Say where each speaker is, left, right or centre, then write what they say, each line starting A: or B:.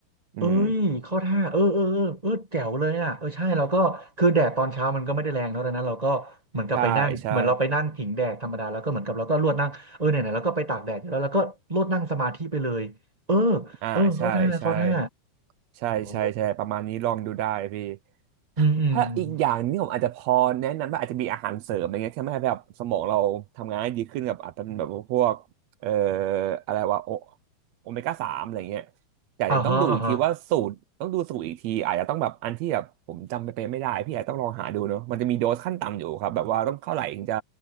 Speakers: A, on the right; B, on the right.
A: อืม
B: เอ้ยเข้าท่าเออเออเออเออแจ๋วเลยอ่ะเออใช่เราก็คือแดดตอนเช้ามันก็ไม่ได้แรงเนอะดังนั้นเราก็เหมือนกับไปนั่งเหมือนเราไปนั่งผิงแดดธรรมดา
A: ใช่ใช่
B: แล้วก็เหมือนกับเราก็ลวดนั่งเออไหนไเราก็ไปตากแดดอยู่แล้วเราก็ลวดนั่งสมาธิไปเลยเออ
A: อ่าใช่ใช่
B: เออเข้าท่าเข้าท่า
A: ใช่ใช่ใช่ประมาณนี้ลองดูได้พี่
B: โอ้อืมอืมอม
A: ถ้าอีกอย่างนี่ผมอาจจะพอแนะนำว่าอาจจะมีอาหารเสริมอะไรเงี้ยที่ทำให้แบบสมองเราทำงานได้ดีขึ้นกับอาจจะเป็นแบบพวกเอ่ออะไรวะโอโอเมก้าสามอะไรเงี้ยแต่เดี๋ยวต้องดูอีกทีว่าสูตรต้องดูสูตรอีกทีอาจจะต้องแบบอันที่แบบผมจำไปเป็นไม่ได้พี่อาจจะต้องลองหาดูเนาะมันจะมีโดสขั้นต่ำอยู่ครับแบบว่าต้องเท่าไหร่ถึงจะ
B: อ่าฮะอ่าฮะ